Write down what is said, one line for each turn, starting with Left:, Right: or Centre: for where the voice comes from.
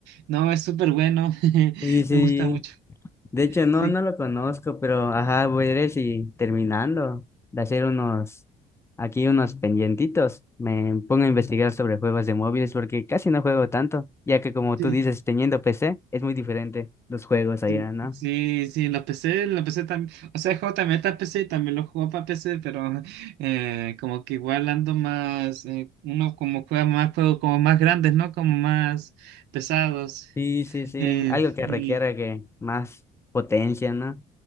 Right: no, es súper bueno, <laughs>
Left: Y sí,
Right: me gusta mucho.
Left: De hecho, no,
Right: Sí,
Left: no lo conozco, pero ajá, voy a ir si terminando de hacer unos, aquí unos pendientitos, me pongo a investigar sobre juegos de móviles porque casi no juego tanto, ya que como
Right: sí,
Left: tú dices, teniendo PC es muy diferente los juegos allá,
Right: Sí,
Left: ¿no?
Right: sí, sí, los PC, los PC también, o sea, el juego también está en PC y también lo juego para PC, pero <laughs> eh, como que igual ando más, eh, uno como juega más juegos como más grandes, ¿no? Como más pesados.
Left: Sí, sí, sí,
Right: Eh,
Left: algo que requiera
Right: y
Left: que más potencia, ¿no?